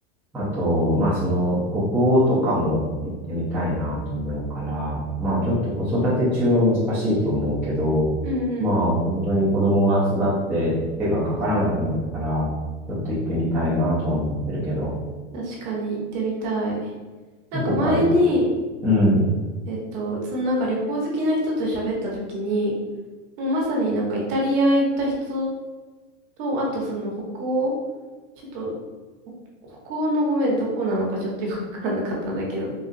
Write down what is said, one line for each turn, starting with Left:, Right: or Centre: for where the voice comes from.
Centre: あと、まあその、北欧とかも行ってみたいなと思うから、まあちょっと子育て中は難しいと思うけど、
Right: うんうん。
Centre: まあ本当に子供が育って手がかからなくなったら、ちょっと行ってみたいなとは思ってるけど、
Right: 確かに行ってみたい。なんか前に、
Centre: どこか、うん、
Right: えっと、そのなんか旅行好きな人と喋った時に、もうまさになんかイタリア行った人と、あとその北欧、ちょっと、ほ北欧のごめん、どこなのかちょっとよくわからなかったんだけど、